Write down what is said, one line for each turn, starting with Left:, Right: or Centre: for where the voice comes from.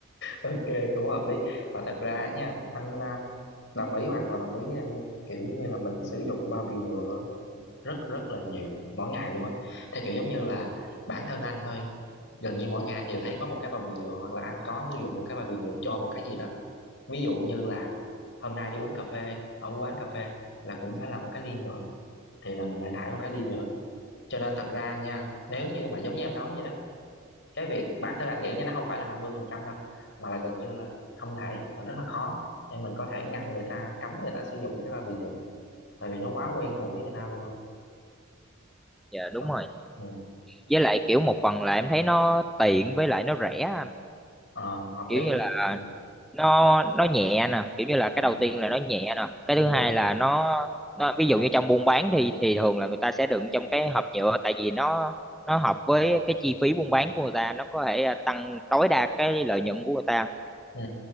Left: ok cũng hợp lý và thật ra á nha anh à, đồng ý hoàn toàn đồng ý với em luôn kiểu như là mình sử dụng bao bì nhựa rất rất là nhiều mỗi ngày luôn á theo kiểu giống như là bản thân anh thôi gần như mỗi ngày anh đều thấy có một cái bao bì nhựa hoặc là anh có sử dụng một cái bao bì nhựa cho một cái gì đó ví dụ như là hôm nay đi uống cà phê ở quán cà phê là cũng phải là một cái ly nhựa thì là mình lại thải một cái ly nhựa cho nên thật ra nha nếu như mà giống như em nói vậy đó cái việc bản thân anh nghĩ nha nó không phải là 50% đâu mà là gần như là không thể mà rất là khó để mình có thể ngăn người ta cấm người ta sử dụng cái bao bì nhựa tại vì nó quá quen thuộc với người ta luôn rồi
Centre: dạ đúng
Left: Đó.
Centre: rồi
Left: ừ.
Centre: với lại kiểu một phần là em thấy nó tiện với lại nó rẻ anh
Left: Ờ, hợp lý
Centre: kiểu như là
Left: ừ.
Centre: nó nó nhẹ nè kiểu như là cái
Left: Ừ.
Centre: đầu tiên là nó nhẹ nè cái thứ
Left: Ừ.
Centre: hai là nó nó ví dụ như trong buôn bán thì thì thường là người ta sẽ đựng trong cái hộp nhựa tại vì nó nó hợp với cái chi phí buôn bán của người ta nó có thể à, tăng tối đa cái lợi nhuận của người ta
Left: Ừ.